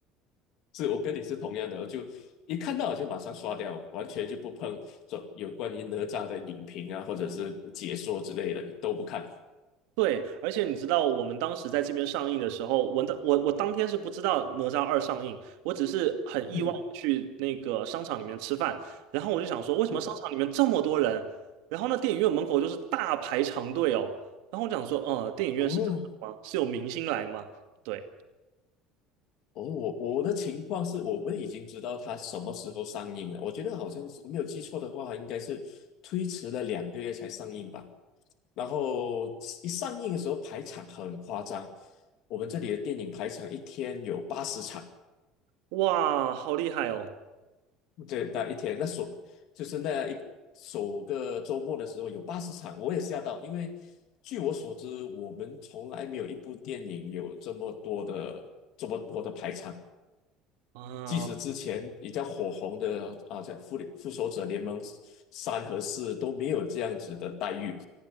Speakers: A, on the left; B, on the right.
A: 是我跟你是同样的，我就一看到我就马上刷掉，完全就不碰这有关于哪吒的影评啊，或者是解说之类的都不看。
B: 对，而且你知道，我们当时在这边上映的时候，我的我我当天是不知道《哪吒二》上映，我只是很意外地去那个商场里面吃饭，
A: <laughs>
B: 然后我就想说，为什么商场里面这么多人？
A: 嗯，
B: 然后呢，电影院门口就是大排长队哦。然后我想说，呃，电影院是特效吗？
A: 哦
B: 是有明星来吗？对，
A: 哦，我我的情况是我们已经知道它什么时候上映了。我觉得好像是没有记错的话，应该是推迟了两个月才上映吧。然后一上映的时候排场很夸张，我们这里的电影排场一天有八十场，
B: 哇，好厉害哦！
A: 对，那一天那首就是那一首个周末的时候有八十场，我也吓到，因为据我所知，我们从来没有一部电影有这么多的这么多的排场。
B: 啊，
A: 即使之前比较火红的啊，像《复联复仇者联盟三》和四都没有这样子的待遇。